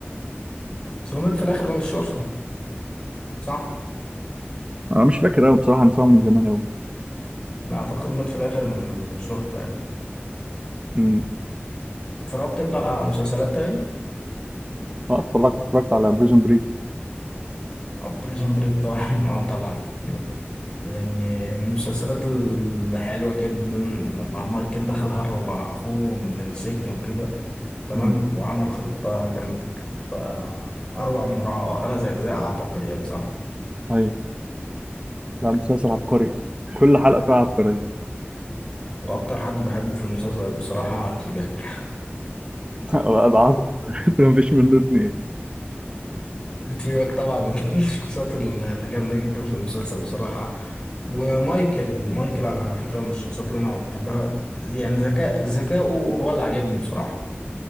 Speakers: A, on the left (about 20°); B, on the right (about 25°).
A: بس هو مات في الآخر من الشرطة صح؟
B: انا مش فاكر قوي بصراحه انا سامعه من زمان قوي
A: أعتقد مات في الآخر من الشرطة يعني
B: امم
A: اتفرجت أنت على مسلسلات تاني؟
B: اه اتفرجت اتفرجت على بريزون بريك
A: بريزون بريك طبعا <laughs> اه طبعا يعني من المسلسلات الحلوة جدا لما مايكل دخل هرب أخوه من السجن وكده تمام
B: امم
A: وعمل خطة كانت آه، أروع من روعة هو خمس أجزاء أعتقد يعني صح
B: ايوه لا مسلسل عبقري كل حلقه فيها عبقريه
A: وأكتر حد بحبه في المسلسل بصراحة تيباج <laughs>
B: <laughs> لا، ده عظم <laughs> ما فيش منه اتنين
A: تيباج طبعا من الشخصيات اللي جامدة جدا في المسلسل بصراحة ومايكل مايكل على فكرة من الشخصيات اللي أنا بحبها يعني ذكاء ذكائه هو اللي عجبني بصراحة